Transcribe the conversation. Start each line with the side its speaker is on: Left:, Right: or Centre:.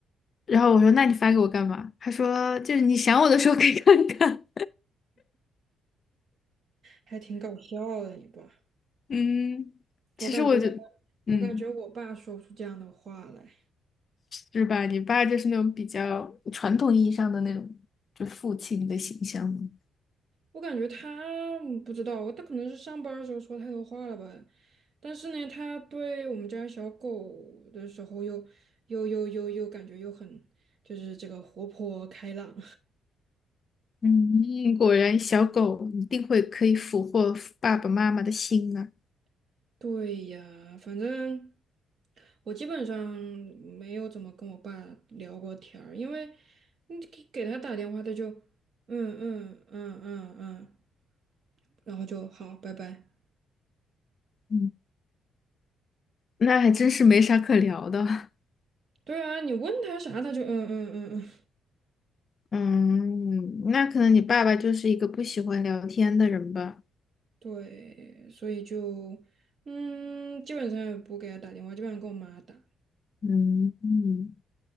Left: 然后我说那你发给我干嘛？他说就是你想我的时候可以看看
Right: 还挺搞笑的，你爸。
Left: <laughs>。嗯，
Right: 我感觉，
Left: 其实我就嗯
Right: 我感觉我爸说不出这样的话来。
Left: 是吧？你爸就是那种比较传统意义上的那种，就父亲的形象嘛
Right: 我感觉他嗯不知道，他可能是上班儿的时候说太多话了吧。但是呢，他对我们家小狗的时候又又又又又感觉又很就是这个活泼开朗。
Left: 嗯，果然小狗一定会可以俘获爸爸妈妈的心啊。
Right: <laughs> 对呀，反正我基本上没有怎么跟我爸聊过天儿，因为你给给他打电话，他就嗯嗯嗯嗯嗯，然后就好，拜拜。
Left: 嗯，那还真是没啥可聊的。<laughs>
Right: 对啊，你问他啥，他就嗯嗯嗯嗯。
Left: 嗯，那可能你爸爸就是一个不喜欢聊天的人吧。
Right: 对，所以就，嗯，基本上也不给他打电话，基本上跟我妈打。
Left: 嗯嗯，